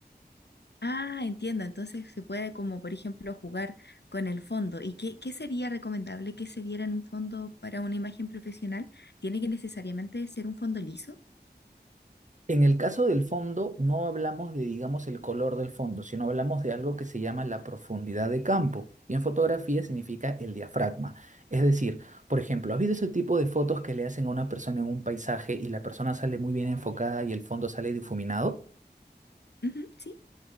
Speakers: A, on the left; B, on the right.
A: Ah, entiendo. Entonces se puede como, por ejemplo, jugar con el fondo. ¿Y qué, qué sería recomendable que se diera en un fondo para una imagen profesional? ¿Tiene que necesariamente ser un fondo liso?
B: En el caso del fondo, no hablamos de, digamos, el color del fondo, sino hablamos de algo que se llama la profundidad de campo. Y en fotografía significa el diafragma. Es decir, por ejemplo, ¿has visto ese tipo de fotos que le hacen a una persona en un paisaje y la persona sale muy bien enfocada y el fondo sale difuminado?
A: Ujú, sí.